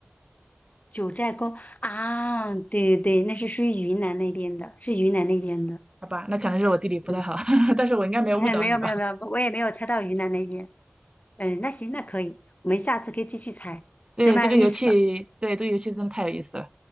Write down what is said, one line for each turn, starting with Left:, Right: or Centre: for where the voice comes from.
Left: 九寨沟啊？对对对，那是属于云南那边的，是云南那边的。
Right: 好吧，那可能是我地理不太好，
Left: 嗯，
Right: <laughs> 但是我应该没有误导你吧？
Left: <laughs> 没有没有没有，我也没有猜到云南那边。嗯，那行，那可以，我们下次可以继续猜，
Right: 对，
Left: 这蛮有意思的。
Right: 这个游戏，对，这个游戏真的太有意思了。